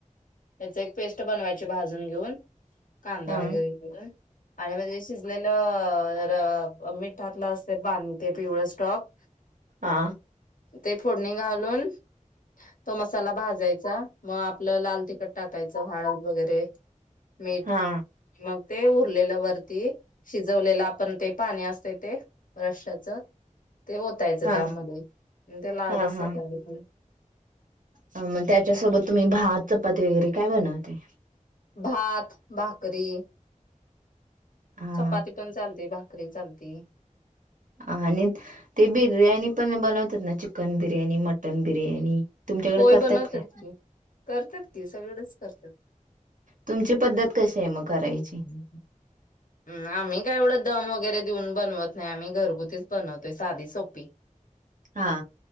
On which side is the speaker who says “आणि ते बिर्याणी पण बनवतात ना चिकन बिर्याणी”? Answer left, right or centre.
Right